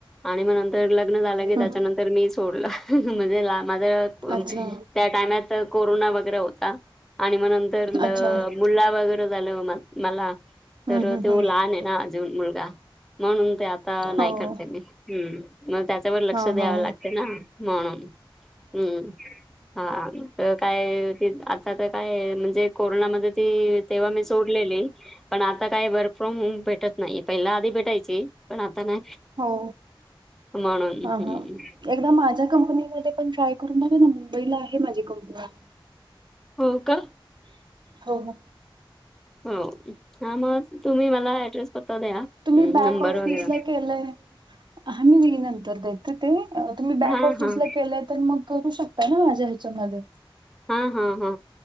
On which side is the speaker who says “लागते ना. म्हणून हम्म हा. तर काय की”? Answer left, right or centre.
Centre